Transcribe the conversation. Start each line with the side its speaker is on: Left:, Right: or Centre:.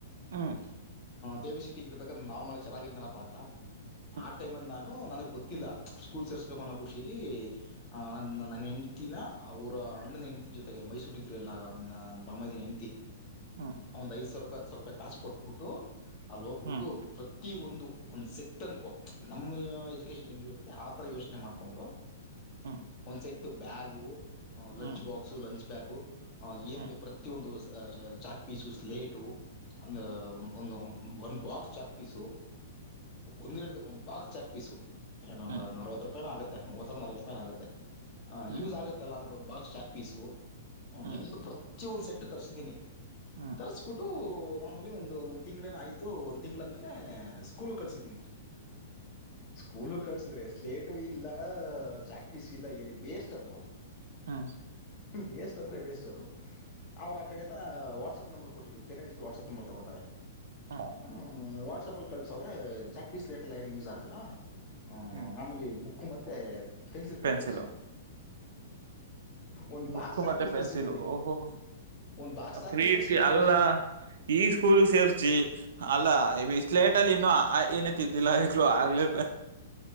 Right: ಹ್ಮ್
Left: ಬೇಬಿ ಸಿಟಿಂಗ ಇಬೇಕ್ರ ನಾರ್ಮಲ್ ಚೆನ್ನಾಗಿದ್ನಲ್ಲ ಪಾ ಪಾರಾ
Right: ಹ್ಮ್
Left: ಆ ಟೈಮೆಲ್ ನಾನ್ ಹೂ ನಗ್ ಗೊತ್ತಿಲ್ಲ ಸ್ಕೂಲ್ ಸೇರ್ಸ್ಬೇಕು ಅನ್ನೋ ಖುಷಿಲಿ ಅ ನನ್ನ ನನ್ನ ಹೆಂಡತಿನ ಅವರ ಅಣ್ಣನ ಹೆಂಡತಿ ಜೊತೆಗೆ ಮೈಸೂರ್ ಇದ್ರು ಎಲ್ಲ ನನ್ನ ಬೊಮ್ಮಾಯದ ಹೆಂಡ್ತಿ
Right: ಹ್ಮ್
Left: ಒಂದ್ ಐದುಸಾವಿ ರೂಪಾಯಿ ರೂಪಾಯಿ ಕಾಸು ಕೊಟ್ಬಿಟ್ಟು ಅಲ್ಲಿ ಹೋಗ್ಬಿಟ್ಟು
Right: ಹ್ಮ್
Left: ಪ್ರತಿ ಒಂದು ಒಂದ್ ಸೆಟ್ ಅನ್ಕೋ ನಮ್ಮ ಎಜುಕೇಶನ್ ಹೆಂಗಿರುತ್ತೆ ಆತರ ಯೋಚನೆ ಮಾಡ್ಕೊಂಡು
Right: ಹ್ಮ್ ಹ್ಮ್
Left: ಒಂದು ಸೆಟ್ ಬ್ಯಾಗು ಲಂಚ್
Right: ಹ್ಮ್
Left: ಬಾಕ್ಸ್ ಲಂಚ್ ಬ್ಯಾಗು ಹ ಏನ್
Right: ಹ್ಮ್
Left: ಪ್ರತಿಯೊಂದು ಚಾಕ್ ಪೀಸು ಸ್ಲೇಟು ಅಂದು ಒಂದು ಒಂದು ಒನ್ ಬಾಕ್ಸ್ ಚಾಕ್ ಪೀಸು ಒಂದ್ ಇಡ್ತ ಒಂದು ಬಾಕ್ಸ್ ಚಾಕ್ ಪೀಸು ಇನ್ನೊಂದಂದು
Right: ಹ್ಮ್
Left: ನರವತ್ತು ರೂಪಾಯ ಆಗೆ ಮೂರು ನಲ್ವ ರೂಪಾಯಿನ ಆಗುತ್ತೆ ಆ
Right: ಹ್ಮ್
Left: ಯೂಸ್ ಆಗತ್ತಲ್ಲನ್ಡ ಒನ್ ಬಾಕ್ಸ್ ಾಕ್ ಪೀಸ ಅವಗೆ
Right: ಹ್ಮ್
Left: ಎಲ್ಲ ಚಿಲ್ ಸೆಟ್ಟ ತರಿಸಿದ್ದೀನಿ
Right: ಹ್ಮ್
Left: ತ ಸ್ಫುಟು ಮಾಮೂಲಿ ಒಂದು ಒಂದ್ ತಿಂ್ೇನ ಆಯ್ತು ಒಂದ್ ತಿಂಗಳಾದ್ಮೇಲೆ ಸ್ಕೂಲ್ ಕಳಸಿದ್ದೀನಿ ಸ್ಕೂಲು ಕಳ್ಸಿದ್ರೆ ಎಸ್ಲೇಟ್ ು ಇಲ್ಲ ಚಾಕ್ ಪೀಸ್ ಇಲ್ಲ ಏ ವೇಸ್ಟ್ ಅದು
Right: ಹಾ
Left: ವೇಸ್ಟ್ ಅಂದ್ರೆ ವೇಸ್ಟ್ ಅದು ಅವ್ರ ಆ ಕಡೆದ. ವಾಟ್ಸಆಪ್ ನಂಬರ್ ಕೊಟ್ಟಿದ್ದು ಪೇನೆಂಟ್ಸ್ ವಾಟ್ಆಪ್ ನಂಬ ತಗೋತಾರೆ.
Right: ಹ್ಮ್
Left: ಹ್ಮ ವಾಟ್ಸಪ್ಲ್ಲಿ. ಕಲ್ ಸ. ಚಾಕ್ ಪೀಸ್ ಲೇಟರ್ಲ್ಲ ಯಾರು ಯೂಸ್ ಆಗಲ್ಲ. ಹ್ಮ
Right: ಹ್ಮ್
Left: ನಮ್ಮಲ್ಲಿ ಬುಕ್. ಹಕ್ಕ ಮತ್ತೆ. ಪೆನ್ಸಿಲ್ ಕೊಟ್ಟು
Right: ಪೆನ್ಸಿಲು
Left: ಕಳಿಸಿ ಒಂದು
Right: ಬುಕ್
Left: ಬಾಕ್ಸ್ ಚಾಕ್
Right: ಮತ್ತೆ
Left: ಪೀಸ್
Right: ಪೆನ್ಸಿಲು
Left: ತರಿಸಿದ್ದೀನಿ
Right: ಓಹೋಹ
Left: ಒಂದು ಬಾಕ್ಸ್ ಚಾಕ್
Right: ಪ್ರೀ
Left: ಪೀಸ್ ತರಿಸಿದ್ದೀನಿ
Right: ಅಲ್ಲ
Left: ಗುರು
Right: ಈ ಸ್ಕೂಲ್ ಸೇರ್ಚಿ ಅಲ್ಲಲೇ. ಟಲ್ಲಿ ಇನ್ನು ಆ ಏನ ತಿದ್ದಿಲ್ಲ ಈಗ್ಲ ಆಗ್ಲೇ.